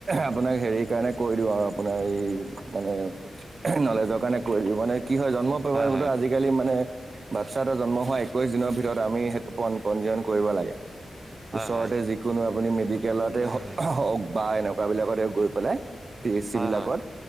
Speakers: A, on the right; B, on the right.
A: আপোনাক হেৰি কাৰণে কৈ দিওঁ আৰু আপোনাৰ এই মানে নলেজৰ কাৰণে কৈ দিয়ো মানে কি হয় জন্ম প্ৰমাণপত্ৰ
B: হয়
A: আজিকালি মানে বাচ্ছা এটা জন্ম হোৱা একৈশ দিনৰ ভিতৰত আমি সেইটো প পঞ্জীয়ন কৰিব লাগে।
B: হয়
A: ওচৰতে
B: হয় হয়
A: যিকোনো আপুনি মেডিকেলতে
B: উম উম
A: হওক বা এনেকুৱা বিলাকতে গৈ পেলাই। পি এইচ চি
B: হয়
A: বিলাকত
B: হয়